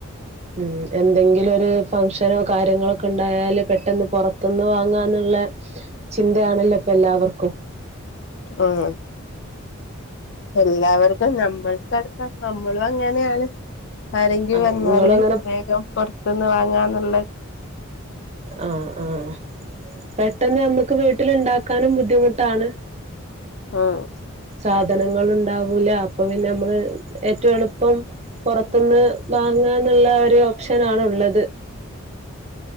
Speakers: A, on the right (about 30°); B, on the left (about 55°).
A: ഉം... എന്തെങ്കിലും ഒരു ഫങ്ഷനോ കാര്യങ്ങളൊക്കെ ഉണ്ടായാൽ പെട്ടെന്ന് പുറത്തുന്ന് വാങ്ങാന്നുള്ള ചിന്തയാണല്ലോ ഇപ്പ എല്ലാവർക്കും.
B: ആഹ്... എല്ലാവർക്കും നമ്മൾക്കടുക്കാം നമ്മളും അങ്ങനെയാണ്. ആരെങ്കില്
A: ആഹ്
B: വന്നാല്
A: നിങ്ങളങ്ങനെ
B: വേഗം പൊറത്തുന്ന് വാങ്ങാന്നുള്ള,
A: ആഹ-ആഹ - പെട്ടെന്ന് നമ്മുക്ക് വീട്ടിലുണ്ടാക്കാനും ബുദ്ധിമുട്ടാണ്
B: ആഹ്
A: സാധനങ്ങള് ഉണ്ടാവൂല്ല അപ്പൊപിന്നെ നമ്മള് ഏറ്റവും എളുപ്പം പുറത്തുന്ന് വാങ്ങ ന്നുള്ള ഒരു ഓപ്ഷൻ ആണുള്ളത്